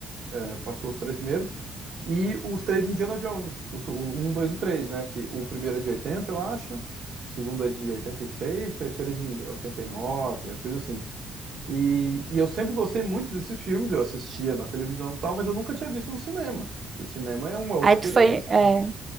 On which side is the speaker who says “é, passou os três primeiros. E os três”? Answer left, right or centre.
Right